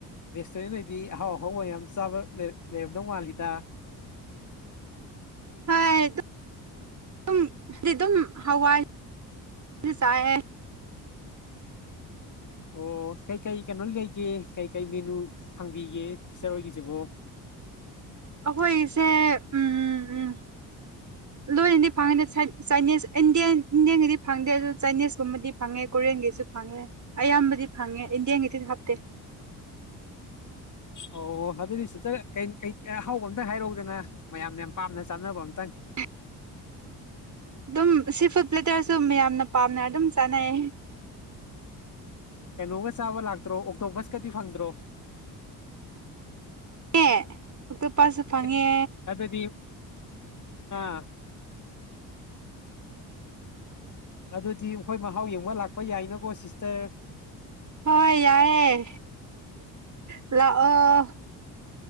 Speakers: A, on the left; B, on the right.
A: ꯔꯦꯁꯇꯨꯔꯦꯟꯗ ꯂꯩꯏꯗꯤ ꯑꯍꯥꯎ ꯑꯍꯥꯎꯕ ꯌꯥꯝ ꯆꯥꯕ ꯂꯩ ꯂꯩꯔꯝꯗꯧ ꯃꯜꯂꯤꯗ
B: ꯀꯩꯏꯗ ꯑꯗꯨꯝ ꯍꯥꯏꯗꯤ ꯑꯗꯨꯝ ꯍꯋꯥꯏꯁꯨ ꯆꯥꯏꯑꯦ
A: ꯑꯣ ꯀꯩꯀꯩ ꯀꯩꯅꯣ ꯂꯩꯒꯦ ꯀꯩꯀꯩ ꯃꯦꯅꯨ ꯐꯪꯕꯤꯒꯦ ꯁꯤꯁꯇꯔ ꯑꯣꯏꯒꯤꯁꯤꯕꯣ
B: ꯑꯩꯈꯣꯏꯁꯦ ꯎꯝ ꯎꯝ ꯎꯝ ꯂꯣꯏꯅꯗꯤ ꯐꯪꯉꯦꯅꯤ ꯆꯥꯏꯅꯤꯁ ꯏꯟꯗꯤ ꯏꯟꯗꯤꯌꯒꯤꯗꯤ ꯐꯪꯗꯦ ꯑꯗꯨ ꯆꯥꯏꯅꯤꯁꯀꯨꯝꯕꯗꯤ ꯐꯪꯉꯦ ꯀꯣꯟꯒꯤꯁꯨ ꯐꯪꯉꯦ ꯑꯌꯥꯝꯕꯗꯤ ꯐꯪꯉꯦ ꯏꯟꯗꯤꯌꯥꯟꯒꯤꯗꯤ ꯍꯥꯞꯇꯦ
A: ꯑꯣ ꯑꯗꯨꯗꯤ ꯁꯤꯇ ꯑꯍꯥꯎꯕ ꯑꯝꯇ ꯍꯥꯏꯔꯛꯎꯗꯅ ꯃꯌꯥꯝꯅ ꯌꯥꯝ ꯄꯥꯝꯅ ꯆꯥꯅꯕ ꯑꯝꯇꯪ
B: <unintelligible> ꯑꯗꯨꯝ ꯁꯤ ꯐꯨꯗ ꯄ꯭ꯂꯦꯇꯔꯁꯨ ꯃꯌꯥꯝꯅ ꯄꯥꯝꯅ ꯑꯗꯨꯝ ꯆꯥꯅꯩ
A: ꯀꯩꯅꯣꯒ ꯆꯥꯕ ꯂꯥꯛꯇ꯭ꯔꯣ ꯑꯣꯛꯇꯣꯕꯁꯀꯗꯤ ꯐꯪꯗ꯭ꯔꯣ
B: ꯑꯦ ꯑꯇꯣꯞꯄꯁꯨ ꯐꯪꯉꯦ
A: ꯑꯦꯁ ꯑꯗꯨꯗꯤ ꯑꯥ ꯑꯗꯨꯗꯤ ꯑꯩꯈꯣꯏ ꯃꯍꯥꯎ ꯌꯦꯡꯕ ꯂꯥꯛꯄ ꯌꯥꯏꯅꯀꯣ ꯁꯤꯁꯇꯔ
B: ꯍꯣꯏ ꯌꯥꯏꯑꯦ ꯂꯥꯛꯑꯣ